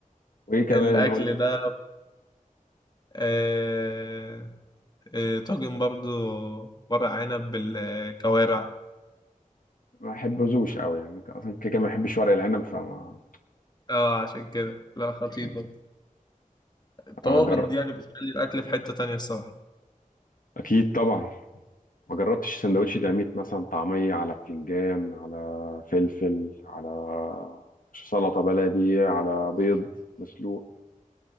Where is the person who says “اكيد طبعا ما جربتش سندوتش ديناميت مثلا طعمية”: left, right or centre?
Left